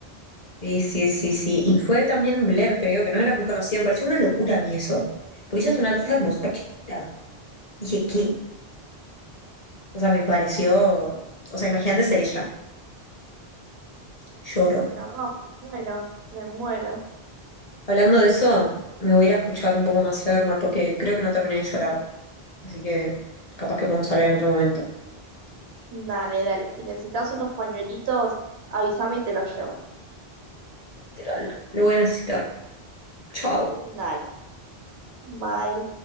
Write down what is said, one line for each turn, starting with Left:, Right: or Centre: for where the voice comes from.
Left: Sí, sí, sí, sí. Y fue también Blair, creo, que no era muy conocida. Me pareció una locura a mí eso. Porque ella es una artista
Right: Mm,
Left: como súper chiquita. Dije, ¿qué? O sea, me pareció. O sea, imagínate ser ella. Lloro.
Right: No, me muero, me muero.
Left: Hablando de eso, me voy a ir a escuchar un poco más Evermore porque creo que no terminé de llorar. Así que capaz que podemos hablar en otro momento.
Right: Dale, dale. Si necesitas unos pañuelitos, avísame y te los llevo.
Left: Literal. Lo voy a necesitar. Chao.
Right: Dale, bye.